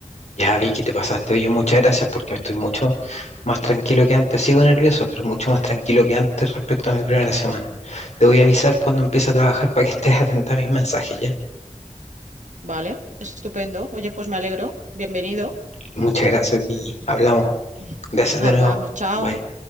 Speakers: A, on the left; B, on the right.
A: Ya vi que te pasaste. Oye, muchas gracias porque estoy mucho más tranquilo que antes. Sigo nervioso, pero mucho más tranquilo que antes respecto a mi primera semana. Te voy a avisar cuando empiece a trabajar para que estés <laughs> atenta a mis mensajes, ¿ya?
B: Vale, estupendo. Oye, pues me alegro. Bienvenido.
A: Muchas gracias, Vicky. Hablamos.
B: <laughs>
A: Gracias
B: Hablamos,
A: de nuevo.
B: chao.
A: Bye.